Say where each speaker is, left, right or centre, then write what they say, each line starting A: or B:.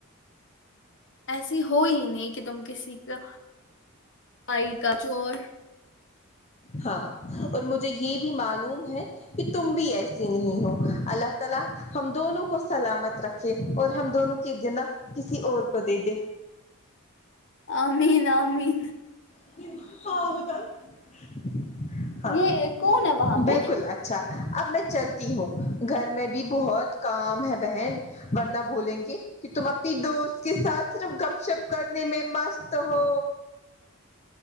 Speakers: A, on the left; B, on the left.
A: ایسی ہو ہی نہیں کہ تم کسی کاائی کا چور
B: ہاں اور مجھے یہ بھی معلوم ہے کہ تم بھی ایسی نہیں ہو اللہ تعالی ہم دونوں کو سلامت رکھے اور ہم دونوں کے گنا کسی اور کو دے دے
A: امین امین
B: <unintelligible> ہاں
A: یہ کون ہے وہاں
B: بالکل
A: پہ
B: اچھ اچھا اب میں چلتی ہوں گھر میں بھی بہت کام ہے بہن ورنہ بھولینگے گی کہ تم اپنی دوست کے ساتھ صرف گپ شپ کرنے میں مست ہو